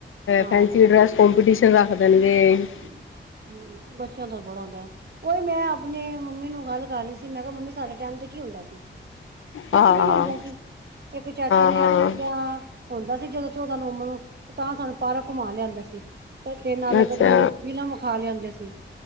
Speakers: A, on the right (about 55°); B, on the left (about 80°).
A: ਹਾਂ
B: ਫੈਸੀ ਡਰੈਸ ਕਪੀਟੀਸ਼ਨ ਰੱਖਦੇ ਨੇ। <unintelligible>
A: ਹੂੰ, ਬੱਚਿਆਂ ਦਾ ਬੜਾ ਹੁੰਦਾ ਉਹੀ ਮੈਂ ਆਪਣੇ ਮੰਮੀ ਨੂੰ ਗੱਲ ਕਰ ਰਹੀ ਸੀ ਮੈਂ ਕਿਹਾ ਮੰਮੀ ਸਾਡੇ ਟਾਈਮ ਤੇ ਕੀ ਹੁੰਦਾ ਸੀ। ਕੁਛ
B: ਹਾਂ
A: ਵੀ
B: ਹਾਂ
A: ਨੀ ਹੁੰਦਾ ਸੀ ਇੱਕ ਚਾਚਾ ਨਹਿਰੂ
B: ਹਾਂ
A: ਦਾ ਹੁੰਦਾ ਸੀ ਜਦੋਂ ਚੌਦਾਂ ਨਵੰਬਰ ਨੂੰ ਤਾਂ ਸਾਨੂੰ ਪਾਰਾਂ ਘੁੰਮਾ ਲਿਆਂਦਾ ਸੀ ਤੇ ਤੇ ਨਾਲੇ
B: ਅੱਛਾ
A: ਕਦੀ ਫਿਲਮ ਵਿਖਾ ਲਿਆਂਦੇ ਸੀ।